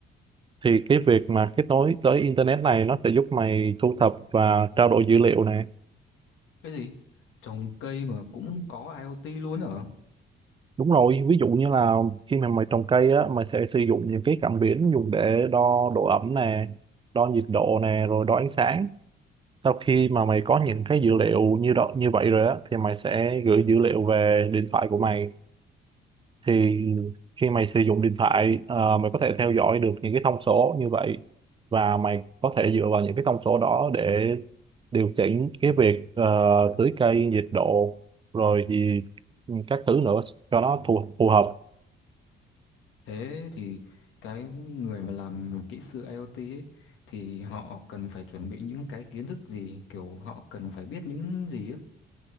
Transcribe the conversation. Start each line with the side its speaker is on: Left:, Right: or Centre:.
Right: thì cái việc mà kết nối tới internet này nó sẽ giúp mày thu thập và trao đổi dữ liệu này
Left: Cái gì? Trồng cây mà cũng có IoT luôn hả?
Right: đúng rồi ví dụ như là khi mà mày trồng cây á mày sẽ sử dụng những cái cảm biến dùng để đo độ ẩm nè đo nhiệt độ nè rồi đo ánh sáng sau khi mà mày có những cái dữ liệu như đó như vậy rồi á thì mày sẽ gửi dữ liệu về điện thoại của mày thì khi mày sử dụng điện thoại ờ, mày có thể theo dõi được những cái thông số như vậy và mày có thể dựa vào những cái thông số đó để điều chỉnh cái việc ờ, tưới cây nhiệt độ rồi gì ừ, các thứ nữa cho nó phù, phù hợp
Left: Thế thì cái người mà làm kỹ sư IoT ấy, thì họ cần phải chuẩn bị những cái kiến thức gì, kiểu họ cần phải biết những gì ấy.